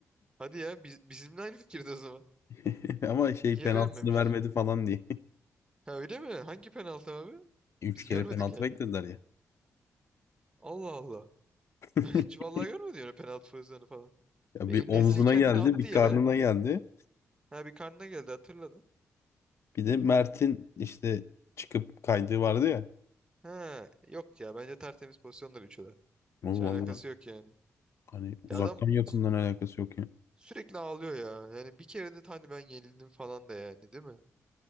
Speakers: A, on the right (about 15°); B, on the left (about 55°).
A: Hadi ya biz, bizimle aynı fikirde o zaman.
B: <laughs> Ama şey
A: Niye
B: penaltısını
A: beğenmemiş
B: vermedi
A: acaba?
B: falan diye.
A: Ha öyle mi? Hangi penaltı abi?
B: <laughs> Üç
A: Biz
B: kere
A: görmedik
B: penaltı
A: yani.
B: beklediler ya.
A: Allah Allah. <laughs>
B: <laughs>
A: Ben hiç vallahi görmedim yani penaltı pozisyonu falan.
B: Ya
A: Ve
B: bir
A: El Nesri
B: omzuna
A: kendini
B: geldi,
A: attı
B: bir
A: yere.
B: karnına geldi.
A: Ha bir karnına geldi hatırladı.
B: Bir de Mert'in işte çıkıp kaydığı vardı ya.
A: Ha yok ya bence tertemiz pozisyonlar üçü de.
B: O
A: Hiç alakası
B: vallahi
A: yok yani.
B: hani uzaktan
A: Ya adam
B: yakından
A: sü-
B: alakası yok ya.
A: sürekli ağlıyor ya. Yani bir kere de hani ben yenildim falan da yani değil mi?